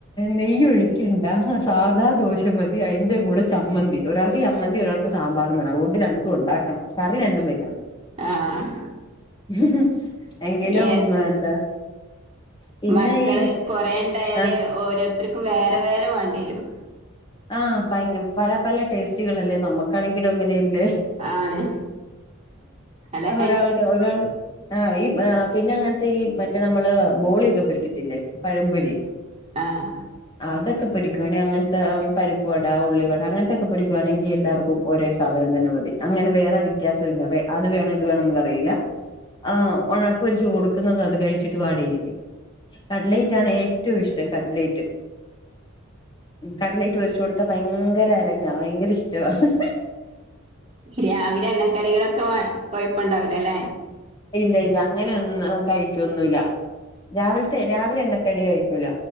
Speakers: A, on the left; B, on the right.
A: നെയ്യ് ഒഴിക്കണ്ട സ സാദാ ദോശ മതി അയിന്റെ കൂടെ ചമ്മന്തി ഒരാൾക്കു ചമ്മന്തി ഒരാൾക്ക് സാമ്പാറും വേണം അത്കൊണ്ട് രണ്ടും നടക്കണം കറി രണ്ടും വെക്കണം
B: ആഹ്
A: <unintelligible>
B: ഏ
A: എന്താ പിന്നെ
B: മക്കള്
A: ഈ
B: കൊറേണ്ടായാല്
A: ആഹ്
B: ഓരോരുത്തര്ക്കും വേറെ വേറെ ന്നെ വേണ്ടിയേരും
A: ആഹ് ഭയങ്ക പല പല ടേസ്റ്റുകളല്ലേ നമ്മുക്കാണെങ്കിലും അങ്ങനെ ല്ലേ
B: ആണ് അല്ല
A: ഒരാൾക്ക് ഒരാൾ ആ ഈ ആ പിന്നെ അങ്ങനത്തെ ഈ മറ്റേ നമ്മള് ബോളിയൊക്കെ പൊരിക്കത്തില്ലേ പഴമ്പൊരി
B: ആഹ്
A: അതൊക്കെ പൊരിക്കുവാണെ അങ്ങനത്തെ പരിപ്പുവട, ഉള്ളിവട അങ്ങനത്തെയൊക്കെ പൊരിക്കുവാണെങ്കി എല്ലാർക്കും ഒരേ സാധനം തന്നെ മതി. അങ്ങനെ വേറെ വ്യത്യാസം ഇല്ല. അത് വേണം ഇത് വേണംന്ന് പറയില്ല. ആഹ് ഉഴപ്പൊരിച്ചു കൊടുക്കുന്നത് അത് കഴിച്ചിട്ട് വാടിയിരിക്കും. കട്ലൈറ്റാണ് ഏറ്റവും ഇഷ് <unintelligible> കട്ലയിറ്റ്. കടലേറ്റ് ഒര് ത്ത ഭയങ്കര അരങ്ങാ വയങ്കര ഇഷ് <unintelligible>
B: രാവിലെ <unintelligible> കൊഴപ്പുണ്ടാവൂല ലേ
A: ഇല്ല ഇല്ല അങ്ങനെ ഒന്നും കഴിക്കുവൊന്നുല്ല. രാവിലത്തെ രാവിലെ എണ്ണക്കടി കഴിക്കൂല.